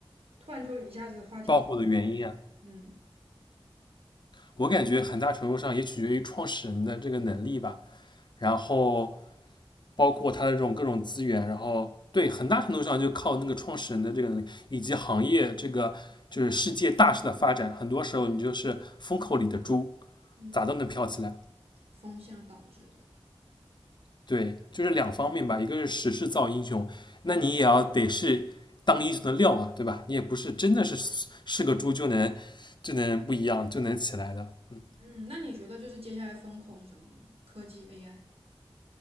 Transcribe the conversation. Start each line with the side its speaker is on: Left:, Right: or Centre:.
Right: 突然就一下子话题多，
Left: 爆火的原因啊，
Right: 嗯
Left: 我感觉很大程度上也取决于创始人的这个能力吧。然后包括它的这种各种资源，然后对很大程度上就靠那个创始人的这个能力，以及行业这个就是世界大势的发展，很多时候你就是风口里的猪，
Right: 嗯，
Left: 咋都能飘起来。
Right: 风向导致的。
Left: 对，就是两方面吧，一个是时势造英雄，那你也要得是当英雄的料啊，对吧？你也不是真的是是个猪就能就能不一样就能起来的。嗯，
Right: 嗯，那你觉得就是接下来风口是什么呢？科技、AI、